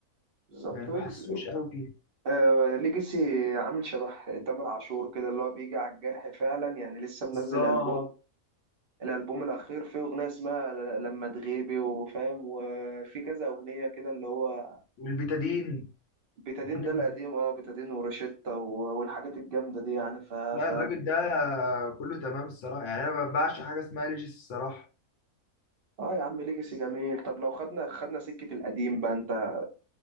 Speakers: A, on the right; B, on the left.
A: بالظبط
B: يعني
A: ويجز
B: ما حسوش قوي فيه
A: آه ليجاسي عامل شبه تامر عاشور كده اللي هو بيجي على الجرح فعلا يعني لسه منزل
B: بالظبط
A: ألبوم الالبوم الاخير فيه اغنيه اسمها ل- لما تغيبي وفاهم وفي كذا اغنيه كده اللي هو
B: والبتادين
A: بيتادين
B: أغنية-
A: ده القديم اه بيتادين وروشيتا و- والحاجات الجامده دي يعني ف, ف...
B: لا الراجل ده كله تمام الصراحة يعني أنا ما بعشق حاجة اسمها ليجاسي الصراحة
A: اه يا عم ليجاسي جميل طب لو خدنا خدنا سكه القديم بقى انت